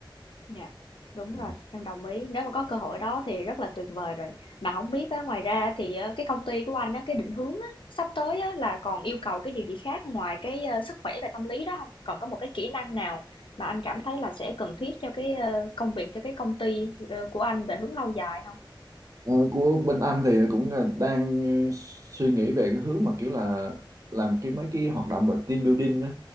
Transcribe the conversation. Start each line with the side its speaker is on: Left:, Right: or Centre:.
Left: Dạ, đúng rồi,
Right: Ừ.
Left: em đồng ý. Nếu mà có cơ hội đó thì rất là tuyệt vời rồi. Mà không biết á, ngoài ra thì ờ, cái công ty của anh á, cái định hướng á, sắp tới á, là còn yêu cầu cái điều gì khác ngoài cái ờ, sức khỏe và tâm lý đó không? Còn có một cái kỹ năng nào mà anh cảm thấy là sẽ cần thiết cho cái ờ, công việc, cho cái công ty ờ, của anh về hướng lâu dài không?
Right: Ờ, của bên anh thì cũng là đang ừ, suy nghĩ về cái hướng mà kiểu là làm cái mấy cái hoạt động về team building đó.